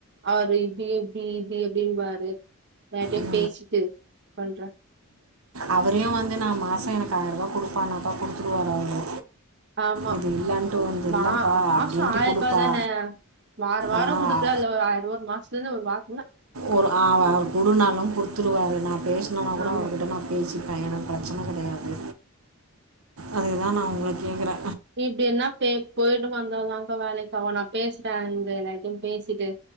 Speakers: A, on the right; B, on the right.
A: அவரு இது இப்டி இது அப்டின்னுவாரு எல்லார்டயு
B: ம்
A: பேசிட்டு சொல்ற
B: அவரயு வந்து நா மாச எனக்கு ஆயிரூபா குடுப்பானாக்கா குடுத்துருவாரு அவரு
A: ஆமா
B: இது இல்லைன்ட்டு வந்து
A: மா
B: இல்லைப்பா
A: மாசோ
B: அப்படின்ட்டு
A: ஆயிர்ரூபா
B: கொடுப்பா
A: தான வார வாரோ
B: ஆ
A: குடுக்கலா இல்ல ஒரு ஆயிரூவா ஒரு மாசத்துலன்ன ஒரு வார
B: ஒரு ஆ அவர் குடுனாலு குடுத்துருவாரு நா பேசனனா கூட
A: ஆமா
B: அவர்கிட்ட நா பேசி பையன பிரச்சன கெடையாது அதுக்குதா நா உங்கள கேக்கறே
A: இப்படி என்னா பே போயிட்டு வந்தாக்கா வேலைக்காவு நா பேசுறே இந்த எல்லார்ட்டயு பேசிட்டு